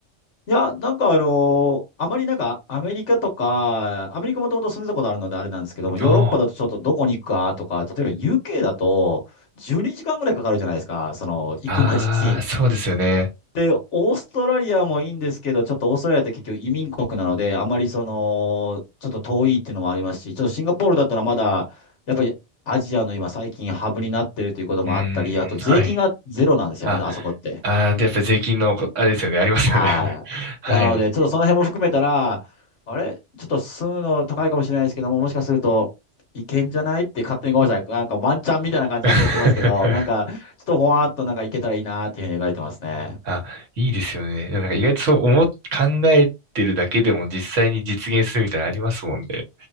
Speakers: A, on the left (about 70°); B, on the right (about 80°).
A: いや、なんかあのーあまりなんかアメリカとか、アメリカもともと住んでたことあるのであれなんですけども、ヨーロッパだとちょっとどこに行くかとか、
B: あ
A: 例えば UK だと12時間ぐらいかかるじゃないですか、その行くまでに。
B: あ、あーそうですよね。
A: で、オーストラリアもいいんですけど、ちょっとオーストラリアって結局移民国なので、あまりその、ちょっと遠いっていうのもありますし、ちょっとシンガポールだったらまだ、やっぱりアジアの今最近ハブになってるということもあったり、
B: うーん、
A: あと税金がゼロなんですよね、
B: はい。あ、
A: あそこって。
B: あー、で、やっぱり税金のこ、あれですよね、ありますよね。
A: はい。
B: <laughs> はい。
A: なので、ちょっとその辺も含めたら、あれちょっと住むの高いかもしれないですけども、もしかすると、いけんじゃないって勝手にごめんなさい。なんかワンチャンみたいな感じで言ってますけど、
B: <laughs>
A: なんか、ちょっとほわーっとなんかいけたらいいなーっていうふうに描いてますね。
B: あ、いいですよね。でもなんか意外とそう思っ、
A: うん
B: 考えてるだけでも実際に実現するみたいなのありますもんね。